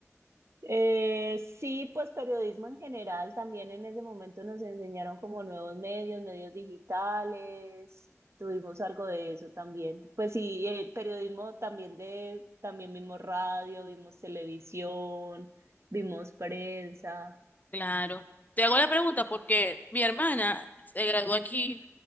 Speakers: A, on the right; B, on the left.
A: Eh, sí, pues periodismo en general, también en ese momento nos enseñaron como nuevos medios, medios digitales, tuvimos algo de eso también. Pues sí, eh, periodismo también de, también vimos radio, vimos televisión, vimos prensa.
B: Claro. Te hago la pregunta porque mi hermana se graduó aquí